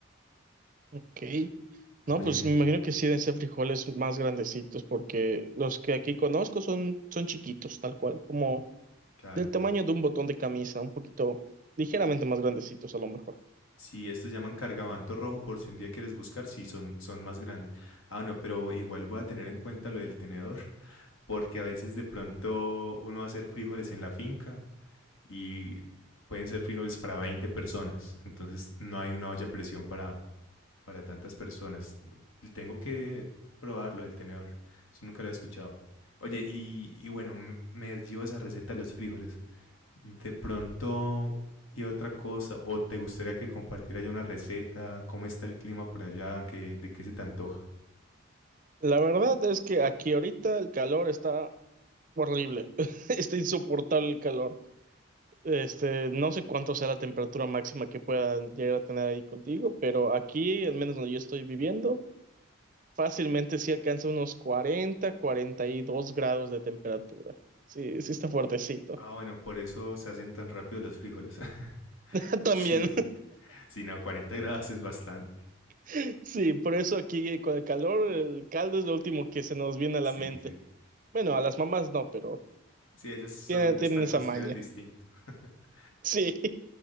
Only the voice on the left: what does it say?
Oye,
mira,
claro.
Sí, estos llaman cargamanto rojo por si un día quieres buscar, sí, son, son más grandes. Ah, no, pero igual voy a tener en cuenta lo del tenedor, porque a veces de pronto uno va a hacer frijoles en la finca y pueden ser frijoles para 20 personas, entonces no hay una olla a presión para, para tantas personas. Tengo que probar lo del tenedor, eso nunca lo he escuchado. Oye, y, y bueno, me me dio esa receta de los frijoles. De pronto, ¿qué otra cosa? ¿O te gustaría que compartiera yo una receta? ¿Cómo está el clima por allá? ¿Qué, de qué se te antoja?
Ah, bueno, por eso se hacen tan rápido los frijoles. <laughs>
Sí, sí, no, 40 grados es bastante.
Sí,
sí.
Sí, ellas son,
están
construidas
distinto.
<laughs>